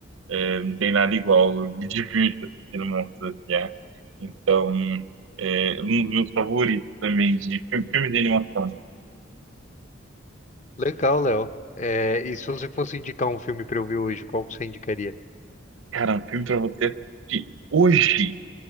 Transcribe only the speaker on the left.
Legal, Léo. É, e se você fosse indicar um filme pra eu ver hoje, qual que você indicaria?